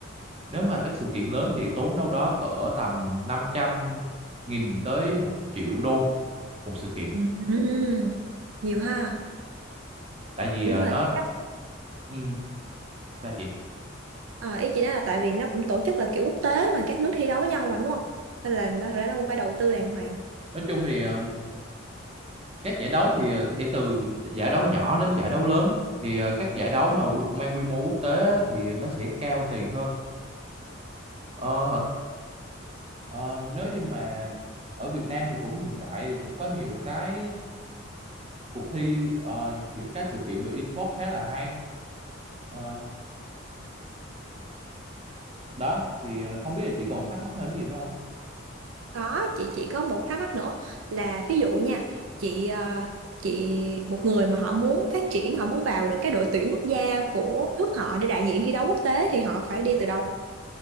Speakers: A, on the right; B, on the right.
A: nếu mà các sự kiện lớn thì tốn đâu đó cỡ tầm năm trăm nghìn tới một triệu đô một sự kiện
B: Ừm, Nhiều ha.
A: tại vì
B: Đúng
A: ờ,
B: là
A: nó
B: cách
A: ừ, sao chị
B: Ờ, ý chị nói là tại vì nó cũng tổ chức là kiểu quốc tế mà các nước thi đấu với nhau mà đúng không? Nên là nó nó cũng phải đầu tư đàng hoàng.
A: nói chung thì ờ, các giải đấu thì ờ, sẽ từ giải đấu nhỏ đến giải đấu lớn thì ờ, các giải đấu mà quy- mang quy mô quốc tế thì nó sẽ cao tiền hơn Ờ, hở- ờ, nếu như mà ở Việt Nam thì cũng hiện tại thì cũng có nhiều cái cuộc thi ờ, những cái sự kiện về esports khá là hay Ờ, đó thì ờ, không biết là chị còn thắc mắc thêm gì nữa không
B: Có, chị chỉ có một thắc mắc nữa là ví dụ nha, chị ờ, chị một người mà họ muốn phát triển, họ muốn vào được cái đội tuyển quốc gia của nước họ để đại diện thi đấu quốc tế thì họ phải đi từ đâu?